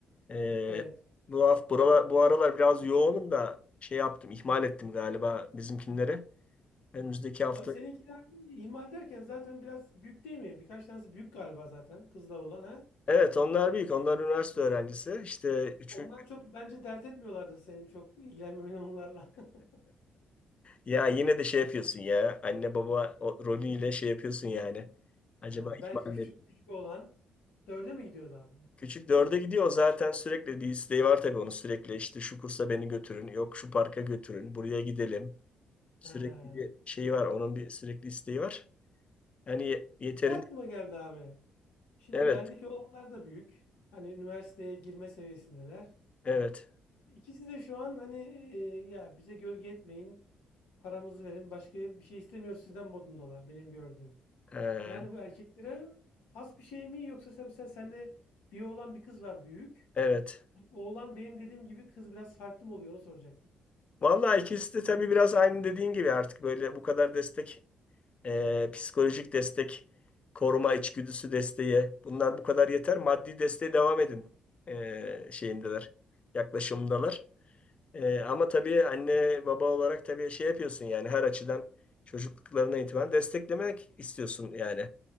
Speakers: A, on the left (about 40°); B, on the left (about 75°).
A: E,
B: Evet.
A: bu hafta buralar, bu aralar biraz yoğunum da şey yaptım ihmal ettim galiba bizimkinleri. Önümüzdeki hafta.
B: Abi seninkiler ihmal derken zaten biraz büyük değil mi? Birkaç tanesi büyük galiba zaten kızla olan ha.
A: Evet onlar büyük. Onlar üniversite öğrencisi. İşte üçü.
B: Onlar çok bence dert etmiyorlardır senin çok ilgilenmemen onlarla. <laughs>
A: Ya yine de şey yapıyorsun ya. Anne baba o- rolüyle şey yapıyorsun yani. Acaba
B: Ha,
A: ihmal
B: belki küçük
A: mi ettim?
B: küçük olan dörde mi gidiyordu abi?
A: Küçük dörde gidiyor zaten sürekli bir isteği var tabii onun sürekli işte şu kursa beni götürün yok şu parka götürün buraya gidelim sürekli
B: Ha.
A: bir şeyi var onun bir sürekli isteği var. Hani yeterince
B: Ne aklıma geldi abi? Şimdi
A: evet
B: bendeki olanlar da büyük. Hani üniversiteye girme seviyesindeler.
A: evet
B: İkisi de şu an hani e, ya bize gölge etmeyin, paramızı verin, başka bir şey istemiyoruz sizden modundalar benim gördüğüm.
A: Ee,
B: Yani bu erkeklere has bir şey mi yoksa sen, mesela sende bir oğlan bir kız var büyük.
A: evet
B: Hani oğlan benim dediğim gibi kız biraz farklı mı oluyor onu soracaktım.
A: vallahi ikisi de tabii biraz aynı dediğin gibi artık böyle bu kadar destek ee, psikolojik destek koruma içgüdüsü desteği bunlar bu kadar yeter maddi desteğe devam edin ee, şeyindeler yaklaşımındalar. Ee, ama tabii anne baba olarak tabii şey yapıyorsun yani her açıdan çocukluklarına itibaren desteklemek istiyorsun yani.